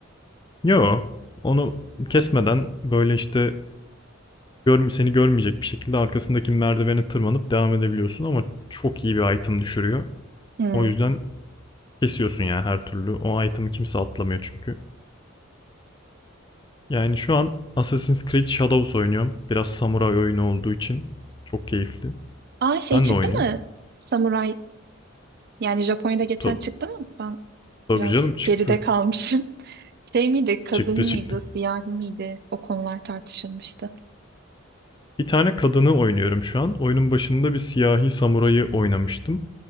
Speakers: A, on the left; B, on the right.
A: Yo, onu kesmeden böyle işte görm seni görmeyecek bir şekilde arkasındaki merdivene tırmanıp devam edebiliyorsun ama çok iyi bir item düşürüyor.
B: Hmm.
A: O yüzden kesiyorsun yani her türlü. O item'ı kimse atlamıyor çünkü. Yani şu an Assassin's Creed Shadows oynuyorum. Biraz samuray oyunu olduğu için çok keyifli.
B: Aa şey
A: Sen
B: çıktı
A: ne oynuyorsun?
B: mı? Samuray yani Japonya'da geçen
A: Tabii,
B: çıktı mı? Ben
A: tabii
B: biraz
A: canım çıktı.
B: geride kalmışım. <laughs> Şey miydi? Kadın
A: Çıktı
B: mıydı?
A: çıktı.
B: Siyahi miydi? O konular tartışılmıştı.
A: Bir tane kadını oynuyorum şu an. Oyunun başında bir siyahi samurayı oynamıştım.